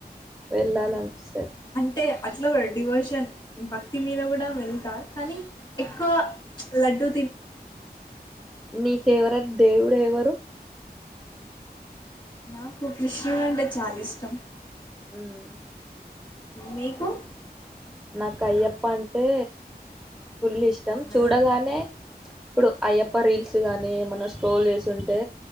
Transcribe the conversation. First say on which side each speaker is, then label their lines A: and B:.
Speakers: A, in the centre; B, on the left (about 25°).
A: వెళ్ళాలనిపిస్తాది
B: టె అట్లు డివోషన్ భక్తి మీద కూడా వెళ్తారు కానీ ఎక్కువ లడ్డూ
A: నీ ఫేవరెట్ దేవుడు ఎవరు
B: నాకు కృష్ణుడు అంటే చాలా ఇష్టం
A: మ్మ్
B: నీకు
A: నాకు అయ్యప్ప అంటే ఫుల్ ఇష్టం
B: అవునా
A: చూడగానే ఇప్పుడు అయ్యప్ప రీల్స్ కానీ ఏమన స్క్రోల్ చేస్తుంటే